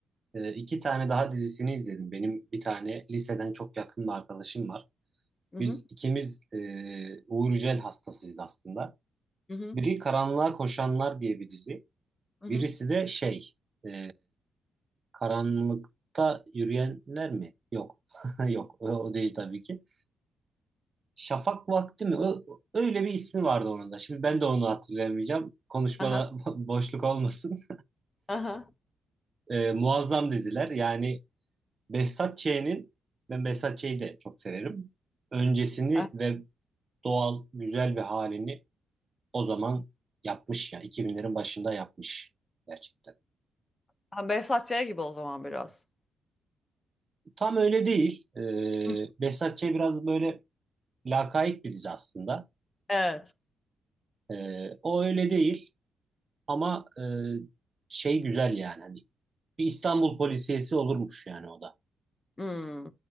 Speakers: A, on the right; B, on the left.
A: Ee, iki tane daha dizisini izledim. Benim bir tane liseden çok yakın bir arkadaşım var.
B: Hı
A: Biz
B: hı
A: ikimiz e, Uğur Yücel hastasıyız aslında.
B: hı hı.
A: Biri Karanlığa Koşanlar diye bir dizi.
B: hı hı.
A: Birisi de şey, e, Karanlıkta Yürüyenler mi? Yok. <laughs> Yok, o, o değil tabii ki. Şafak Vakti mi? Ö- öyle bir ismi vardı onun da. Şimdi ben de onu hatırlayamayacağım. Konuşmada
B: Aha,
A: <laughs> boşluk olmasın.
B: aha.
A: E, muazzam diziler. Yani Behzat Ç'nin ben Behzat Ç'yi de çok severim. Öncesini
B: aha.
A: ve doğal, güzel bir halini o zaman yapmış ya. 2000'lerin başında yapmış gerçekten.
B: Ha, Behzat Ç. gibi o zaman biraz.
A: Tam öyle değil. Ee,
B: Hı.
A: Behzat Ç biraz böyle lakayt bir dizi aslında.
B: Evet.
A: Ee, o öyle değil ama e, şey güzel yani. Hani bir İstanbul polisiyesi olurmuş yani o da.
B: Hmm,